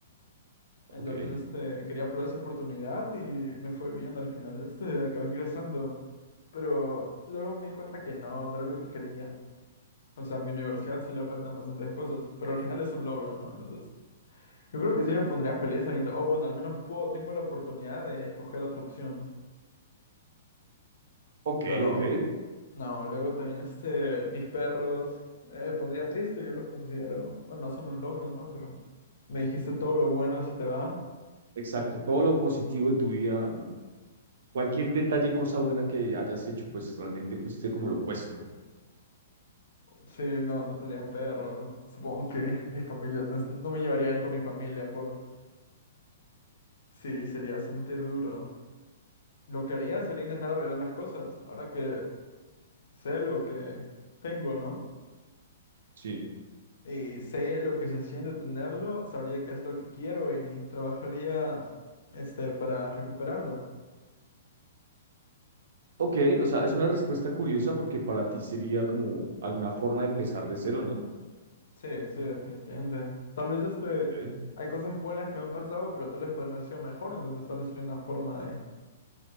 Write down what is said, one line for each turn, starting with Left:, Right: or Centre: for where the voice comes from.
Right: ok.
Left: Entonces, este, quería probar esa oportunidad y me fue bien al final. Este, acabé ingresando. Pero luego me di cuenta que no, no era lo que quería. O sea, a mi universidad sí le faltan bastantes cosas, pero al final es un logro, ¿no? Entonces, yo creo que sí me pondría feliz sabiendo, oh, bueno, al menos puedo, tengo la oportunidad de escoger otra opción.
Right: Ok,
Left: Pero
Right: ok.
Left: No, luego también este, mis perros, eh, pondría triste, yo los considero, bueno, no son un logro, ¿no? Pero me dijiste todo lo bueno se te va.
Right: Exacto. Todo lo positivo de tu vida Cualquier detalle, cosa buena que hayas hecho, pues realmente fuiste como lo opuesto.
Left: Sí, no, no tendría perros. Supongo que mi, familia, no, es- no me llevaría bien con mi familia, por... Sí, sería bastante duro. Lo que haría sería intentar arreglar las cosas, ahora que sé lo que tengo, ¿no?
Right: Sí.
Left: Y sé lo que se siente tenerlo, sabría qué es lo que quiero y trabajaría, este, para recuperarlo.
Right: Ok, o
Left: Yo-
Right: sea, es una
Left: yo
Right: respuesta
Left: creo.
Right: curiosa porque para ti sería como alguna forma de empezar de cero, ¿no?
Left: Sí, sí, definitivamente. Tal vez este,
Right: Ok.
Left: hay cosas buenas que no han pasado, pero tal vez pueden haber sido mejor, entonces tal vez sería una forma de,